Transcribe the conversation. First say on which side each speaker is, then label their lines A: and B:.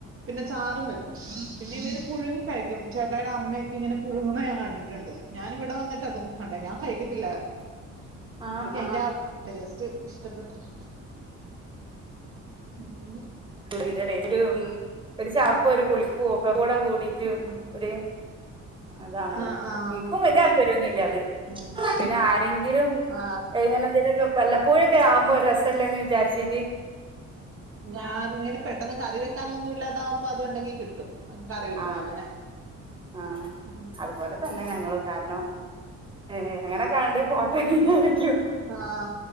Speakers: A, on the right; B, on the right.
A: പിന്നെ ചാറും വെക്കും. പിന്നെ ഇവര് പുഴുങ്ങി കഴിക്കും. ചേട്ടായടെ അമ്മൊക്കെ ഇങ്ങനെ പുഴുങ്ങണ ഞാൻ കണ്ടിട്ടുണ്ട്. ഞാൻ ഇവിടെ വന്നിട്ട്തൊക്കെ കണ്ട ഞാൻ കഴിക്കത്തില്ല.
B: <inaudible>
A: <unintelligible>
B: ആ
A: ടേസ്റ്റ് ഇഷ്ടപ്പെട്ടില്ല ഉം.
B: ഇതിന്റെ ടേസ്റ്റ ഒരു ചാർപ് ഒരു പൊളിപ് ഒക്കെ കൂടെ കൂ- പഠിച്ചു
A: ഉം.
B: ഒ- അതാണല്ലോ
A: ആ ആ
B: നിക്കും വലിയ- താല്പര്യന്നുല്ല അത്
A: ഉം.
B: പിന്നെ, ആരെങ്കിലും-
A: ആ
B: എങ്ങനെ എന്തെങ്കിലൊക്കെ വല്ല പുഴൊക്കെ ആവുമ്പോ ഒരു രസമല്ലേന്ന് വിചാരിച്ചീട്ട്-
A: ഞാൻ ഇങ്ങനെ പെട്ടെന്ന് കറി- വെക്കാനൻ ഒന്നും ഇല്ലാതാവുമ്പോ അത്, ഉണ്ടെങ്കി കിട്ടും. കറി വെക്കും,
B: ആ
A: അങ്ങനെ
B: അതെ ആ
A: ഉ.
B: അതുപോലെ തന്നെ ഞങ്ങളും കാരണം ഹേ അങ്ങനെക്കണ്ട് പോട്ടന്ന് വിചാരിക്കും.
A: ആഹാ